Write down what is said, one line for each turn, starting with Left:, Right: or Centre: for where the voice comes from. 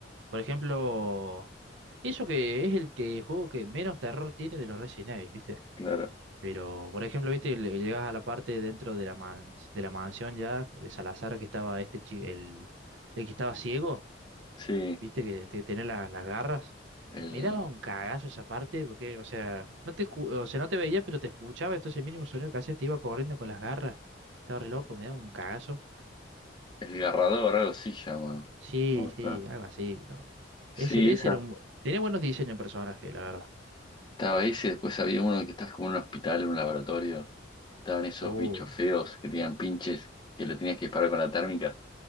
Right: Por ejemplo, y eso que es el que juego que menos terror tiene de los Resident Evil, ¿viste?
Left: Claro.
Right: Pero, por ejemplo, viste, Le- llegas a la parte dentro de la mans- de la mansión ya, de Salazar, que estaba este chi- el, el que estaba ciego,
Left: Sí.
Right: viste, que, te- tenía la- las garras.
Left: El,
Right: Me daba un cagazo esa parte, porque, o sea, no te, escu- o sea, no te veía, pero te escuchaba, entonces el mínimo sonido que hacías te iba corriendo con las garras. Estaba re loco, me daba un cagazo.
Left: el garrador, algo así llama.
Right: Sí,
Left: No me acuerdo.
Right: sí, algo así, pero.
Left: Sí,
Right: Ese, ese
Left: esa.
Right: era un. bu- Tenía buenos diseños de personaje, la verdad.
Left: Estaba ese. Después había uno que estás como en un hospital, en un laboratorio. Estaban esos
Right: Oh,
Left: bichos feos que tenían pinches que le tenías que disparar con la térmica.